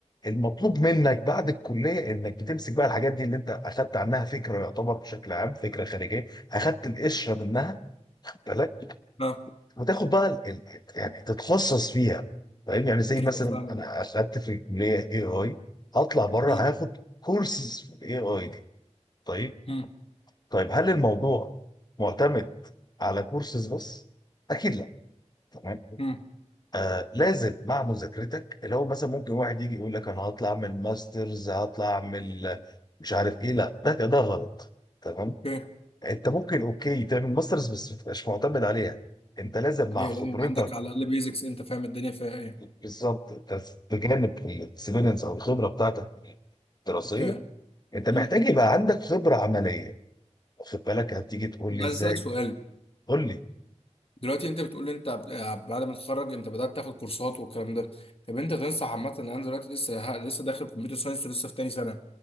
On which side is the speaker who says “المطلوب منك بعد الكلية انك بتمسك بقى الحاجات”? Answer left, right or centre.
Left